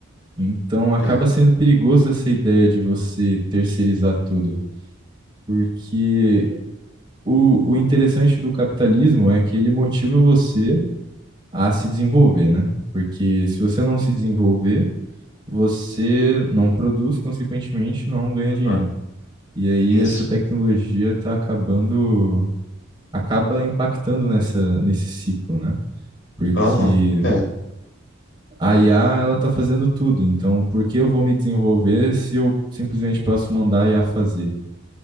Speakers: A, on the right; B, on the left.
A: Então acaba
B: É,
A: sendo perigoso essa ideia de você terceirizar tudo. Porque o, o interessante do capitalismo é que ele motiva você a se desenvolver, né? Porque se você não se desenvolver, você não produz, consequentemente, não ganha
B: aham,
A: dinheiro. E aí
B: isso.
A: essa tecnologia está acabando, acaba impactando nessa, nesse ciclo, né? Porque
B: Aham, é,
A: a IA, ela está fazendo tudo, então por que eu vou me desenvolver se eu simplesmente posso mandar a IA fazer,